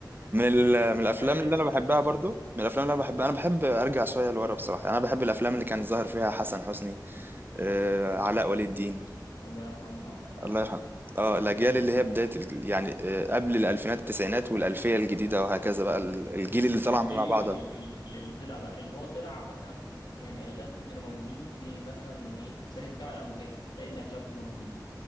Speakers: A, on the right; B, on the left.
A: من ال- من
B: م،
A: الافلام
B: آسر
A: اللي
B: ياسين
A: انا بحبها
B: وانا شرف
A: برضو من الافلام اللي انا بحبها انا بحب ارجع شويه لورا بصراحه يعني انا بحب الافلام اللي كان ظاهر فيها حسن حسني آه علاء ولي الدين
B: الله يرحمه اه الله يرحمه
A: الله يرحمه اه الاجيال اللي هي بدايه ال- يعني آه، قبل الالفينات التسعينات والالفيه الجديده وهكذا بقى ال- الجيل اللي طلع
B: الجيل
A: مع بعض
B: ال- ال- ال- اللي طلع ده اللي هو طلع مثلا في- يعني اغلبهم كانوا موجودين في مثلا ايه صعيدي في الجامعه الامريكيه تلاقي ان اغلبهم موجودين